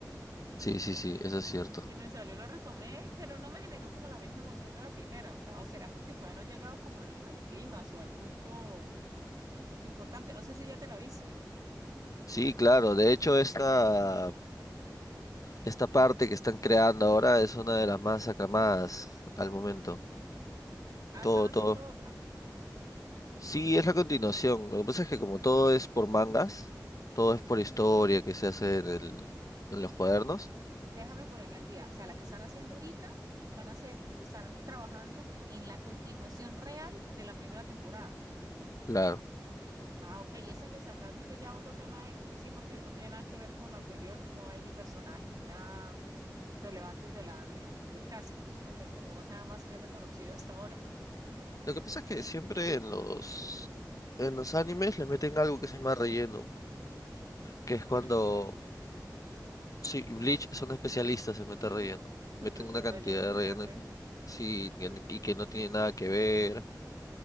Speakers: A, on the left; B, on the right.
A: Sí, sí, sí, eso es cierto.
B: que me salió, la retomé, pero no me generó como la misma emoción de la primera, o sea, o será porque todavía no he llegado como al, al clímax o al punto, al punto importante, no sé si ya te la viste.
A: Sí, claro. De hecho, esta, esta parte que están creando ahora es una de las más aclamadas al momento.
B: Ah,
A: Todo,
B: están haciendo
A: todo
B: otra,
A: Sí, es la continuación. Lo que pasa es que como todo es por mangas, todo es por historia que se hace en el- en los cuadernos.
B: ya, va, déjame ponerme al día, o sea, la que están haciendo ahorita, van a hacer, están trabajando en la continuación real de la primera temporada.
A: Claro.
B: Ah, ok, y esa que sacaron fue ya otro tema X, sí, porque no tiene nada que ver con lo anterior, no hay ni personajes ni nada relevantes de la, de la anterior casi. Creo que hay como dos nada más que he reconocido hasta ahora.
A: Lo que pasa es que siempre en los en los animes le meten algo que se llama relleno, que es cuando
B: Pero esto es,
A: sí, Bleach son especialistas en meter relleno.
B: <laughs>
A: Meten
B: pero es
A: una
B: un
A: cantidad
B: relleno
A: de
B: muy
A: relleno
B: grande.
A: que sí que- y que no tiene nada que ver